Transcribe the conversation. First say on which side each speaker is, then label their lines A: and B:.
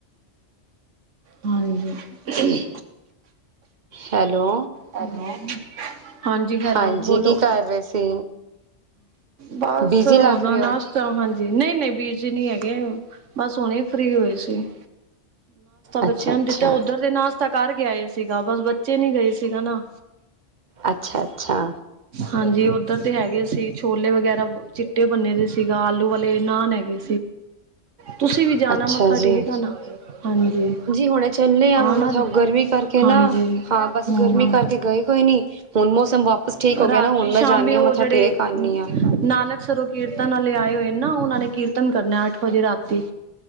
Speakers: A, on the right; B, on the right.
A: ਹਾਂਜੀ।
B: ਹੈਲੋ
A: ਹੈਲੋ ਹਾਂਜੀ ਹੈਲੋ
B: ਹਾਂਜੀ
A: ਬੋਲੋ,
B: ਕੀ ਕਰ ਰਹੇ ਸੀ
A: ਬਸ
B: ਬਿਜੀ
A: ਹੁਣ
B: ਲੱਗ ਰਹੇ
A: ਨਾ
B: ਹੋ
A: ਹਾਂਜੀ ਨਹੀਂ ਨਹੀਂ ਬੀਜੀ ਨਹੀ ਹੈਗੇ, ਬਸ ਹੁਣੇ ਫਰੀ ਹੋਏ ਸੀ।
B: ਅੱਛਾ
A: ਬੱਚਿਆਂ
B: ਅੱਛਾ
A: ਨੂੰ ਦਿੱਤਾ ਉੱਧਰ ਦੇ ਨਾਸਤਾ ਕਰ ਕੇ ਆਏ ਸੀਗਾ, ਬਸ ਬੱਚੇ ਨੀ ਗਏ ਸੀਗਾ ਨਾ
B: ਅੱਛਾ ਅੱਛਾ।
A: ਹਾਂਜੀ ਉੱਧਰ ਦੇ ਹੈਗੇ ਸੀ ਛੋਲੇ ਵਗੈਰਾ, ਚਿੱਟੇ ਬੰਨੇ ਦੇ ਸੀਗਾ ਆਲੂ ਵਾਲੇ ਨਾਨ ਹੈਗੇ ਤੁਸੀਂ ਵੀ ਜਾਣਾ
B: ਅੱਛਾ
A: ਮੱਥਾ
B: ਜੀ
A: ਟੇਕ ਆਨਾ, ਹਾਂਜੀ
B: ਹੁਣੇ ਚੱਲੇ ਆ ਮੈਂ
A: ਆਣਾ,
B: ਮਥਾ ਗਰਮੀ ਕਰਕੇ ਨਾ
A: ਹਾਂਜੀ
B: ਹਾਂ ਬਸ
A: ਹਮ
B: ਗਰਮੀ ਕਰਕੇ ਗਏ ਕੋਈ ਨੀ ਹੁਣ ਮੌਸਮ ਵਾਪਸ ਠੀਕ ਹੋ
A: ਰਾਤੀ,
B: ਗਿਆ ਨਾ ਹੁਣ ਮੈਂ
A: ਸ਼ਾਮੀ
B: ਜਾਂਦੀ ਹਾਂ
A: ਉਹ
B: ਮੱਥਾ
A: ਜਿਹੜੇ
B: ਟੇਕ ਆਉਂਦੀ ਹਾਂ
A: ਨਾਨਕਸਰੋਂ ਕੀਰਤਨ ਵਾਲੇ ਆਏ ਹੋਏ ਨਾ, ਉਹਨਾਂ ਨੇ ਕੀਰਤਨ ਕਰਨਾ ਅੱਠ ਵਜੇ ਰਾਤੀ